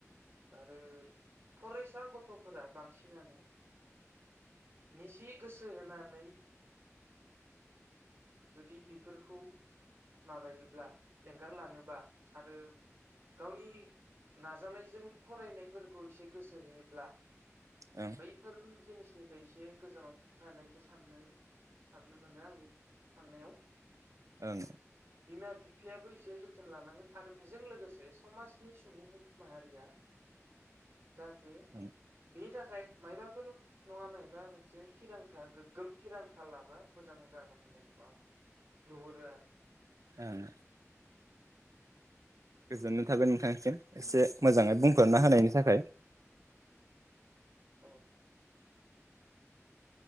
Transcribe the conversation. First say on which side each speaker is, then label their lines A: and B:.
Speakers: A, on the right; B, on the right.
A: आरो फरायसा गथ'फोरा बांसिनानो निजि गोसो होनानै जुदि बेफोरखौ माबायोब्ला एंगारलाङोबा आरो गावनि नाजानायजों फरायनायफोरखौ एसे गोसो होयोब्ला
B: ओं
A: बैफोर जिनिस निफ्राय एसे गोजानाव थानायखौ साननो साननो मोनो आंनि साननायाव।
B: ओं
A: बिमा बिफायाबो एसे जोथोन लानांगोन आरो बेजों लोगोसे समाजनि सुबुं माहारिया जाहाथे
B: ओं
A: बिनिथा खाय मायबाफोर नङा मायबा मोनसे थिरांथा गोग्गोम थिरांथा लाबा मोजां जागोन होननाय <unintelligible> नुहुरो आरो
B: ओं गोजोननाय थाबाय नोंथांसिम एसे मोजाङै बुंफोरना होनायनि थाखाय।
A: औ